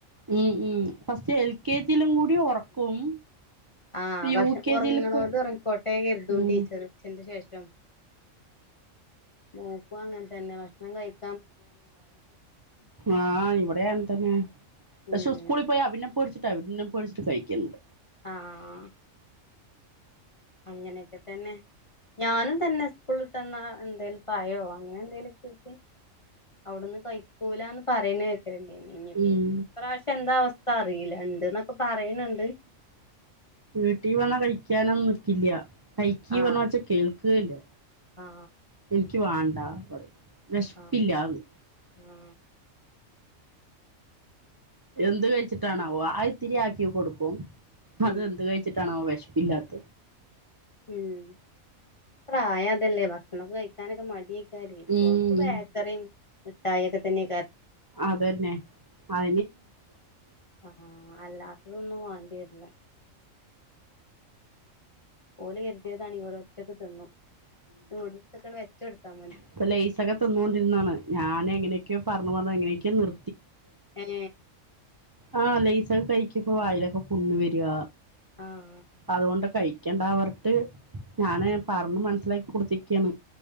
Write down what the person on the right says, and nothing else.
ഉം ഉം പക്ഷ എൽ കെ ജിയിലും കൂടി ഉറക്കും
ഇപ്പ
യു കെ
ജിയില് ഇപ്പോ
ഉം
ആഹ് ഇവിടെയൻ തന്നെ പക്ഷെ
സ്കൂളിൽ പോയാ പിന്നെ പൊടിച്ചിട്ട് അവ പൊിച്ചിട്ട്ഴിക്കണ്ട്
ഉം
വീട്ടിൽ വന്നാ കഴിക്കാനൊന്നും നിക്കില്ല കഴക്ക്ി
പറ ഞ്ഞവച്ച കേൾക്ക്കേയില്ല
എനിക്ക് വേണ്ട പറ ും വിശപ്പില്ലന്ന്
എന്ത് കഴിച്ചിട്ടാണാവോ ആ ഇത്തിരിയാക്കി കൊടുക്കും
അത്െന്ത് കഴിച്ചിട്ടാണാവോ വിഷ ഇല്ലാത്ത
ഉം
അതന്നെ അ
അപ്പ ലേ സഖ തിന്നുകൊണ്ടിരുന്നാണ് ഞൻ എങ്ങനൊക്കെയോ പറഞ്ഞു പറഞ്ഞു എങ്ങനെയൊെയോ നിർ
ആഹ് ലേസൊക്കെ കഴിക്കുമ്പ വായിലൊക്കെ പുണ്ണ് വരിക
അതുകൊണ്ട് കഴിക്ക ണ്ട പാണ് ട്ട് ഞാന് പറഞ്ഞ് മനസ്സിലാക്കി കൊടുത്തിരിക്കയാണ്